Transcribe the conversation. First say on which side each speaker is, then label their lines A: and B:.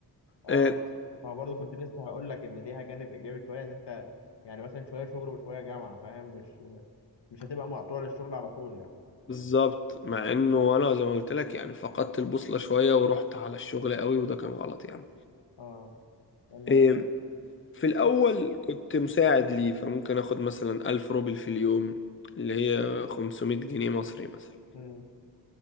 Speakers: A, on the left (about 80°); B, on the left (about 30°).
A: اه
B: آه،
A: ما برضه كنت لسه هقول لك ان ليها جانب ايجابي شويه ان انت يعني مثلا شويه شغل وشويه جامعه فاهم مش مش هتبقى مقطوع للشغل على طول يعني
B: بالظبط مع انه انا زي ما قلت لك يعني فقدت البوصلة شوية ورحت على الشغل قوي وده كان غلط يعني
A: اه انا
B: إيه، في الاول كنت مساعد ليه فممكن اخد مثلا الف روبل في اليوم اللي هي 500 جنيه مصري مثلا
A: مم.